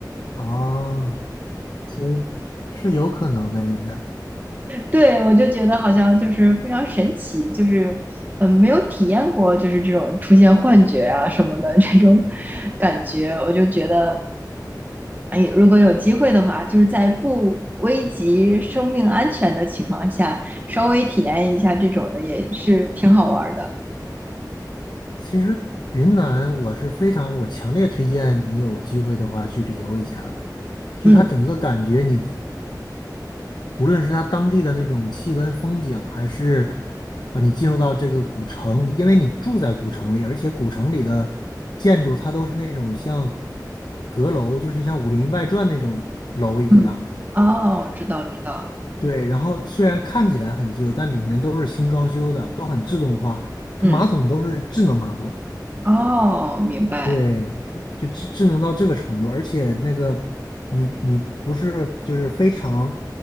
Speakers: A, on the left; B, on the right.
A: 哦，其实是有可能的，应该。
B: 对，我就觉得好像就是非常神奇，就是嗯、呃没有体验过就是这种出现幻觉啊什么的这种感觉，我就觉得。哎，如果有机会的话，就是在不危及生命安全的情况下，稍微体验一下这种的也是挺好玩儿的。
A: 其实云南我是非常，我强烈推荐你有机会的话去旅游一下的。就它整个感觉你，
B: 嗯
A: 不论是它当地的那种气温、风景，还是啊、你进入到这个古城，你因为你住在古城里，而且古城里的建筑它都是那种像阁楼，就是像《武林外传》那种楼一样。
B: 嗯，哦，知道知道，
A: 对，然后虽然看起来很旧，但里面都是新装修的，都很自动化，它马桶都是智能马桶。
B: 嗯，哦，明白，
A: 对，就智智能到这个程度，而且那个你你不是就是非常